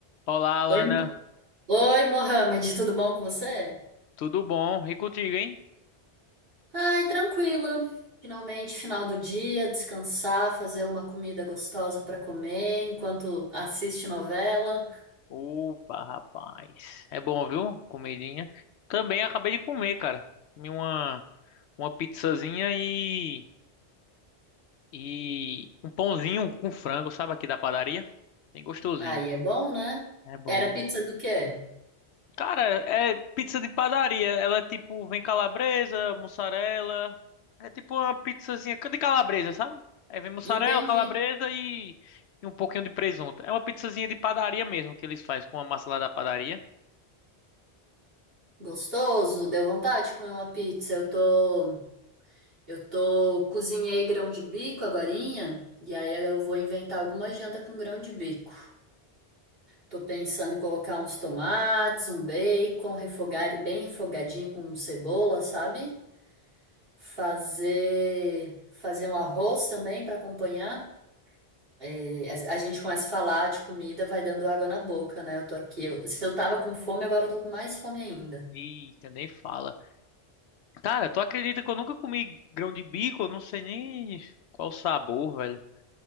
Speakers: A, on the left; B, on the right.
A: Olá, Alana.
B: Oi, Mo- Oi, Mohamed, tudo bom com você?
A: Tudo bom? E contigo, hein?
B: Ai, tranquila. Finalmente, final do dia, descansar, fazer uma comida gostosa para comer enquanto assiste novela.
A: Opa, rapaz. É bom, viu? Comidinha. Também acabei de comer, cara. Comi uma, uma pizzazinha e, e um pãozinho com frango, sabe, aqui da padaria. Bem gostosinho.
B: Aí é bom, né?
A: É bom.
B: Era pizza do quê?
A: Cara, é pizza de padaria. Ela é tipo, vem calabresa, mussarela. É tipo uma pizzazinha de calabresa, sabe? Aí vem mussarela,
B: Entendi.
A: calabresa e, e um pouquinho de presunto. É uma pizzazinha de padaria mesmo que eles fazem com a massa lá da padaria.
B: Gostoso, deu vontade de comer uma pizza. Eu tô, eu tô, cozinhei grão de bico agorinha, e aí eu vou inventar alguma janta com grão de bico. Tô pensando em colocar uns tomates, um bacon, refogar ele bem refogadinho com cebola, sabe? Fazer fazer um arroz também para acompanhar. E a, a gente começa a falar de comida, vai dando água na boca, né? Eu tô aqui, eu- se eu tava com fome, agora eu tô com mais fome ainda.
A: Eita, nem fala. Cara, tu acredita que eu nunca comi grão de bico? Eu não sei nem qual o sabor, velho.